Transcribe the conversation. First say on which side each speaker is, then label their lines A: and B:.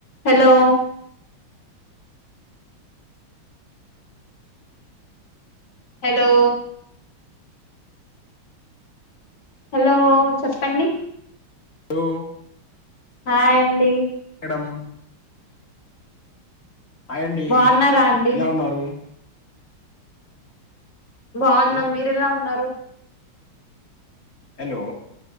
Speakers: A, on the left; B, on the left.
A: Hello hello hello చెప్ పండి
B: లో
A: హయ్ అండి.
B: డం ఆయండి
A: బాగున్నారా అండి
B: ఎలా ఉన్నారు.
A: బావున్నాం
B: హలో
A: మీరెలా ఉన్నారు.
B: హలో